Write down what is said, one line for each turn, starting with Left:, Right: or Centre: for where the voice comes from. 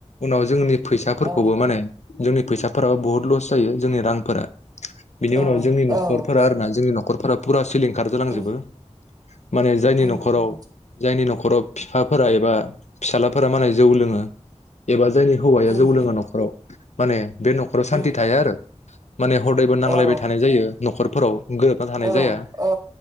Left: उनाव जोंनि फैसाफोरखौबो
Right: औ
Left: माने जोंनि फैसा फोराबो बुहुत लस जायो जोंनि रांफोरा बिनि
Right: औ
Left: उनाव जोंनि नखरफोरा
Right: औ
Left: आरो ना जोंनि नखर फोरा फुरा सिलिंखार जालांजोबो
Right: उम
Left: माने जायनि
Right: उम
Left: नखाव
Right: उम
Left: जायनि न खर बिफाफोरा एबा फिसााजलाफोरा माने जौ लोंङो बेबा जायनि हौवाया
Right: उम
Left: जौ लोङो नखराव। माने। बे नखराव सान्थि
Right: उम
Left: थाया आरो माने हरदायबो नांलायबाय
Right: औ
Left: थानाय जायो नखरफोराव गोरोबना थानाय
Right: औ
Left: जाया
Right: औ